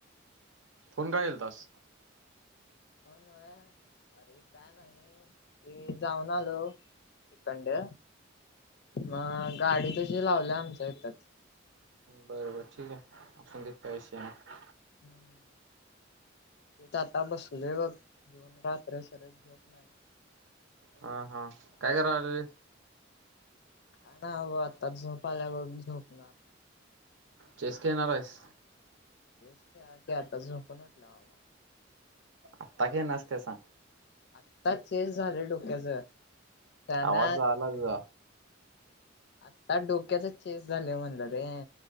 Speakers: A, on the right; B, on the left.
A: फोन का केलतास.
B: फोन व्हय अरे काय नाही ते जाऊन आलो तंडे मग गाडी तशी लावल्या आमच्या इथच.
A: बरबर ठीक आहे मग काय विषय नाही.
B: हम्म. हिथं आता बसूलोय बघ घेऊन रात्र सरच झोप नाही.
A: हा हा काय करालाईस.
B: का ना हवं आता झोपा आल्यावरी झोपणार.
A: चेस खेळणार आहेस.
B: चेस खेळायचा आता झोपून उठल्यावर बाबा.
A: आता खेळणार आहेस की नाही सांग.
B: आता चेज झालं डोक्याच. त्यांना
A: आवाज
B: ती
A: आला
B: पण
A: तुझा
B: आता डोक्यातच चेस झाले म्हणलं रे.